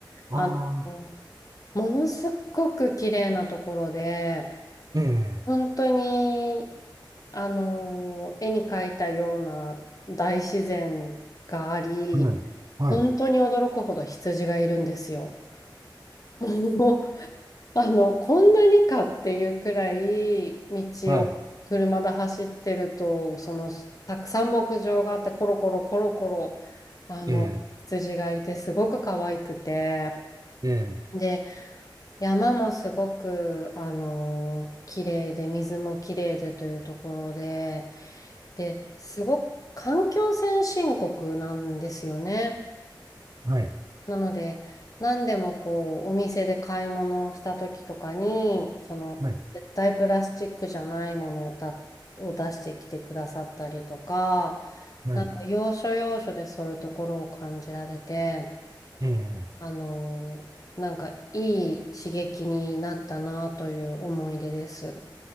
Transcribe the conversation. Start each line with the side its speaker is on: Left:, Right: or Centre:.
Right: ああ、
Left: あの、ものすごく綺麗なところで、
Right: ええ、
Left: 本当に、あの、絵に描いたような大自然があり、
Right: はい、はい、
Left: 本当に驚くほど羊がいるんですよ。もうあの、こんなにかっていうくらい道を車で走ってると、
Right: はい、
Left: そのたくさん牧場があってコロコロコロコロあの羊がいてすごく可愛くて、
Right: ええ、ええ、
Left: で、山もすごくあの綺麗で水も綺麗でというところで、で、すごく環境先進国なんですよね。
Right: はい、
Left: なので、何でもこう、お店で買い物をした時とかに、その、
Right: はい、
Left: 絶対プラスチックじゃないものをだ、を出してきてくださったりとか、
Right: はい、
Left: なんか要所要所でそういうところを感じられて、
Right: ええ、
Left: あのーなんかいい刺激になったなという思い出です。